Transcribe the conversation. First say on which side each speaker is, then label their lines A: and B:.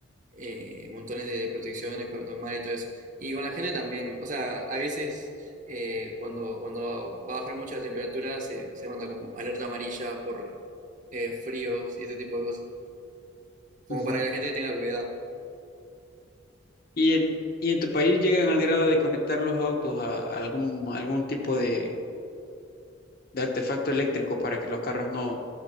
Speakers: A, on the right (about 35°); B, on the left (about 45°).
A: eh, montones de protecciones para tomar y todo eso. Y con la gente también. O sea, a veces eh, cuando, cuando va a bajar mucho la temperatura se, se manda como alerta amarilla por eh, fríos y ese tipo de cosas. Como
B: Ujú.
A: para que la gente tenga cuidado.
B: ¿Y en, y en tu país llegan al grado de conectar los autos a, a algún, algún tipo de de artefacto eléctrico para que los carros no,